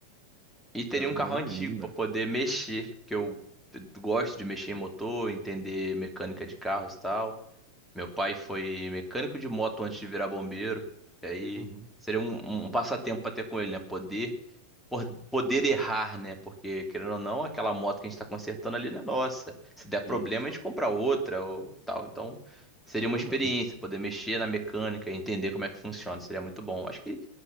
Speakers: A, in the centre; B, on the right.
A: E teria
B: Da adrenalina.
A: um carro antigo pra poder mexer, que eu t- gosto de mexer em motor, entender mecânica de carros e tal. Meu pai foi mecânico de moto antes de virar bombeiro. E aí
B: Uhum,
A: seria um, um um passatempo para ter com ele, né? Poder, por- poder errar, né? Porque, querendo ou não, aquela moto que a gente está consertando ali não é nossa. Se der problema,
B: isso,
A: a gente compra outra ou tal. Então, seria uma
B: ou
A: experiência,
B: não.
A: poder mexer na mecânica, entender como é que funciona. Seria muito bom. Acho que.